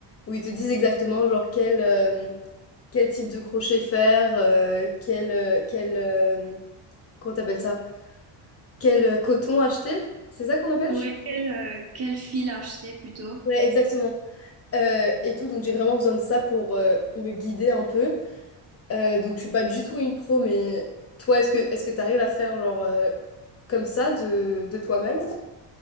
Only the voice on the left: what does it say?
où ils te disent exactement, genre, quel... euh, quel type de crochet faire, euh, quel, euh, quel euh, comment t'appelles ça? Quel euh, coton acheter? C'est ça qu'on appelle?
Je sais pas.
Ouais, exactement. Euh, et tout, donc j'ai vraiment besoin de ça pour euh, me guider un peu. Euh, donc je suis pas du tout une pro, mais toi, est-ce que est-ce que t'arrives à faire genre euh, comme ça de, de toi-même?